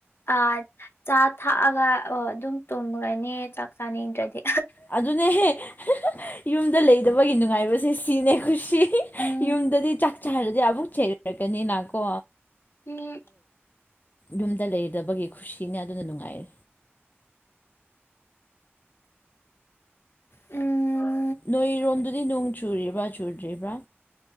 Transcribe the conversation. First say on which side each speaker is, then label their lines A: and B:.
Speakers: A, on the left (about 65°); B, on the left (about 45°).
A: ꯑꯥ ꯆꯥ ꯊꯥꯛꯑꯒ ꯑꯥ ꯗꯨꯝ ꯇꯨꯝꯒ꯭ꯔꯅꯤ ꯆꯥꯛ ꯆꯥꯅꯤꯡꯗ꯭ꯔꯗꯤ
B: ꯑꯗꯨꯅꯦꯍꯦ
A: <unintelligible>
B: ꯌꯨꯝꯗ ꯂꯩꯗꯕꯒꯤ ꯅꯨꯡꯉꯥꯏꯕꯁꯦ ꯁꯤꯅꯦ ꯈꯨꯁꯤ
A: ꯎꯝ
B: ꯌꯨꯝꯗꯗꯤ ꯆꯥꯛ ꯆꯥꯔꯗꯤ ꯑꯃꯨꯛ ꯆ ꯔꯛꯀꯅꯤꯅꯥꯀꯣ
A: ꯎꯝ
B: ꯌꯨꯝꯗ ꯂꯩꯗꯕꯒꯤ ꯈꯨꯁꯤꯅꯦ ꯑꯗꯨꯅ ꯅꯨꯡꯉꯥꯏꯔꯦ
A: ꯎꯝ
B: ꯅꯣꯏꯔꯣꯝꯗꯨꯗꯤ ꯅꯣꯡ ꯆꯨꯔꯤꯕ꯭ꯔꯥ ꯆꯨꯗ꯭ꯔꯤꯕ꯭ꯔꯥ